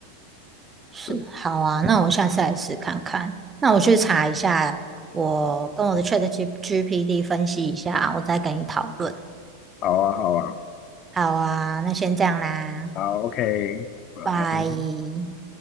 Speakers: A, on the right (about 20°); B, on the left (about 45°).
A: 是，
B: 对，
A: 好啊，那我下次来试看看。那我去查一下，我跟我的 Chat G p t 分析一下，我再跟你讨论。
B: 好啊，好啊，
A: 好啊，那先这样啦，
B: 好，OK，拜。
A: 拜。